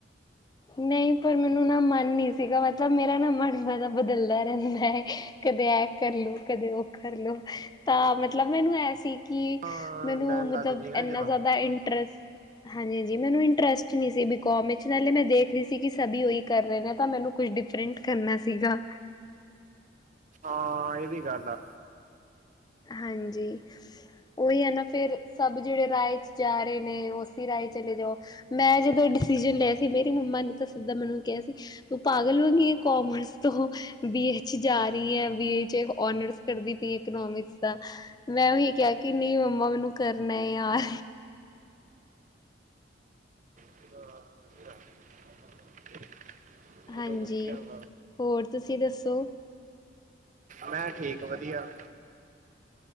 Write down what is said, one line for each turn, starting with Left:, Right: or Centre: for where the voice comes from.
Left: ਨਹੀਂ ਪਰ ਮੈਨੂੰ ਨਾ ਮਨ ਨਹੀਂ ਸੀਗਾ ਮਤਲਬ ਮੇਰਾ ਨਾ ਮਨ ਬੜਾ ਬਦਲਦਾ ਰਹਿੰਦਾ ਹੈ। ਕਦੇ ਇਹ ਕਰਲੋ ਕਦੇ ਉਹ ਕਰਲੋ ਤਾਂ ਮਤਲਬ ਮੈਨੂੰ ਐ ਸੀ। ਕਿ
Right: ਹਾਂ
Left: ਮੈਨੂੰ
Right: ਲੈਣ
Left: ਮਤਲਬ
Right: ਲੱਗ ਜਈਏ ਨਾ
Left: ਇੰਨਾ
Right: ਜਦੋਂ
Left: ਜ਼ਿਆਦਾ ਇੰਟਰਸਟ ਹਾਂਜੀ ਹਾਂਜੀ ਮੈਨੂੰ ਇੰਟਰਸਟ ਨਹੀਂ ਸੀ ਬੀਕੋਮ ਵਿੱਚ ਨਾਲੇ ਮੈਂ ਦੇਖ ਖਦੀ ਸੀ ਕਿ ਸਭ ਉਹੀ ਕਰ ਰਹੇ ਨੇ ਤਾਂ ਮੈਨੂੰ ਕੁਛ ਡਿਫਰੈਂਟ ਕਰਨਾ ਸੀਗਾ।
Right: ਹਾਂ ਇਹ ਵੀ ਗੱਲ ਆ।
Left: ਹਾਂਜੀ ਉਹੀ ਹੈ ਨਾ ਫੇਰ ਸਭ ਜਿਹੜੇ ਰਾਹੇ ਜਾ ਰਹੇ ਨੇ ਉਸਸੀ ਰਾਏ ਚਲੇ ਜਾਓ ਮੈਂ ਜਦੋਂ ਡਿਸੀਜ਼ਨ ਲਿਆ ਸੀ ਮੇਰੀ ਮੰਮਾ ਨੇ ਤਾਂ ਜਿੱਦਾਂ ਮੈਨੂੰ ਕਿਹਾ ਸੀ ਪਾਗਲਵਾਂਗੀ ਕੋਮਰਸ ਤੋਂ ਬੀਏ ਚ ਜਾ ਰਹੀ ਹੈ ਬੀਏ ਚ ਓਨਰਸ ਕਰਦੀ ਪਈ ਇਕੋਨੋਮਿਕਸ ਮੈਂ ਉਹੀ ਕਿਹਾ ਕਿ ਨਹੀਂ ਮੰਮਾ ਮੈਨੂੰ ਕਰਨਾ ਯਾਰ
Right: <unintelligible> ਚਲੋ
Left: ਹਾਂਜੀ,
Right: ਵਧੀਆ ਵਾ
Left: ਹੋਰ ਤੁਸੀਂ ਦੱਸੋ?
Right: ਮੈਂ ਠੀਕ ਵਧੀਆ।